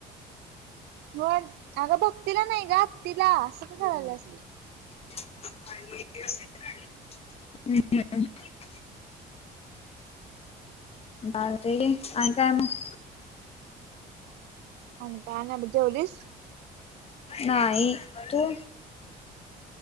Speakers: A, on the right; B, on the left.
A: मग अगं भक्तीला नाही ग अत्तीला असं का करायल्यास.
B: <unintelligible> बा अणी काय मग.
A: आणि का नाही बग, जेवलीस?
B: नाही तू.